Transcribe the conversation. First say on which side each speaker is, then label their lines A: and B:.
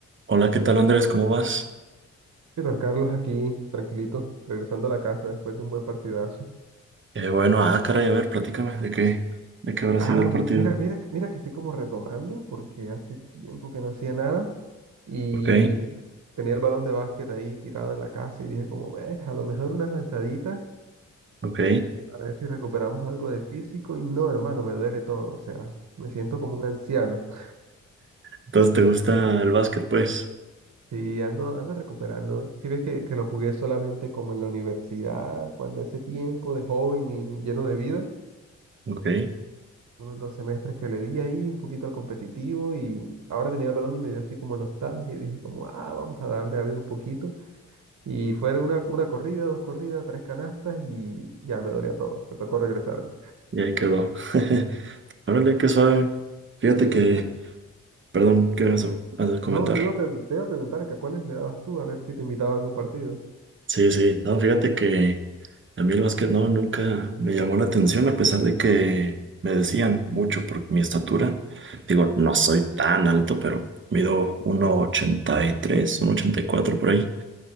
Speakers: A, on the right (about 35°); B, on the right (about 55°).
A: Hola, ¿qué tal Andrés? ¿Cómo vas?
B: ¿Qué tal, Carlos? Aquí, tranquilito, regresando a la casa después de un buen partidazo.
A: Eh, bueno, ah, caray, a ver, platícame de qué, de qué habrá
B: Ah,
A: sido el
B: mi-
A: partido.
B: mira, mira, mira que estoy como retomando porque hace tiempo que no hacía nada y
A: Ok,
B: di- tenía el balón de básquet ahí tirado en la casa y dije como, ves, a lo mejor unas lanzaditas,
A: ok.
B: a ver si recuperamos algo de físico y no, hermano, me duele todo, o sea, me siento como un anciano. <laughs>
A: Entonces, ¿te gusta el básquet, pues?
B: Sí, ando, ando recuperando. Si ves que, que lo jugué solamente como en la universidad, cuando ese tiempo de joven y lleno de vida.
A: Ok, y
B: unos dos semestres que le di ahí un poquito al competitivo y ahora tenía el balón y me dio así como nostalgia y dije como, ah, vamos a darle a ver un poquito. Y fueron una, una corrida, dos corridas, tres canastas y ya me dolía todo. Me tocó regresarme.
A: ahí quedó. <laughs> Órale, qué suave. Fíjate
B: Sí,
A: que,
B: pero-
A: perdón, ¿qué vas a, vas a comentar?
B: No, te iba a preguntar, te iba a preguntar que a cuáles le dabas tú, a ver si te invitaba a algún partido.
A: Sí, sí, no, fíjate que a mí el básquet no, nunca me llamó la atención, a pesar de que me decían mucho por mi estatura. Digo, no soy tan alto, pero mido uno uno ochenta ochenta y tres, uno ochenta y cuatro por ahí.